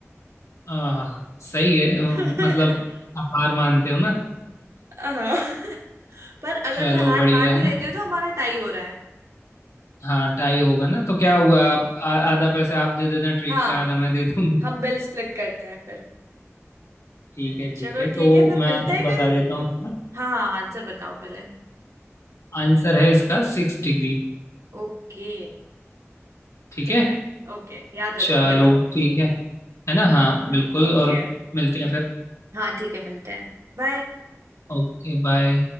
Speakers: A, on the left; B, on the right.
A: आह, सही है अ,
B: <laughs>
A: मतलब आप हार मानते हो ना
B: हाँ। पर अगर
A: चलो
B: मैं हार
A: बढ़िया
B: मान भी
A: है
B: लेती हूँ तो हमारा टाई हो रहा है
A: हाँ टाई होगा ना तो क्या हुआ आप आ- आधा पैसे आप दे देना ट्रीट
B: हाँ
A: का आधा मैं दे दूंगा
B: हम बिल स्प्लिट करते हैं फिर
A: ठीक है
B: चलो
A: ठीक है
B: ठीक
A: तो
B: है फिर
A: मैं
B: मिलते
A: आंसर
B: हैं कल
A: बता देता हूँ इसका
B: हाँ हाँ हाँ, आंसर बताओ पहले
A: आंसर है इसका सिक्स डिग्री
B: ओके
A: ठीक
B: ठीक
A: है
B: है ओके याद रखूंगी
A: चलो
B: अब
A: ठीक है है ना हाँ
B: हम्म
A: बिल्कुल
B: ओके
A: और मिलते हैं फिर
B: हाँ ठीक है मिलते हैं बाय
A: Okay bye